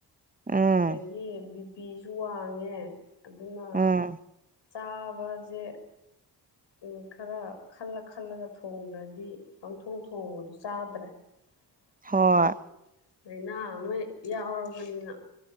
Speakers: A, on the right; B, on the left.
A: ꯎꯝ
B: ꯑꯗꯒꯤ ꯕꯤ ꯄꯤꯁꯨ ꯋꯥꯡꯉꯦ ꯑꯗꯨꯅ꯫
A: ꯎꯝ
B: ꯆꯥꯕꯁꯦ ꯎꯝ ꯈꯔ ꯈꯜꯂ ꯈꯜꯂꯒ ꯊꯣꯡꯗ꯭ꯔꯗꯤ ꯄꯪꯊꯣꯡ ꯊꯣꯡꯕꯗꯨ ꯆꯥꯗ꯭ꯔꯦ꯫ ꯍꯥꯏꯗꯤ
A: ꯍꯣꯏ
B: ꯂꯩꯅꯥ ꯑꯃ ꯌꯥꯎꯔꯕꯅꯤꯅ꯫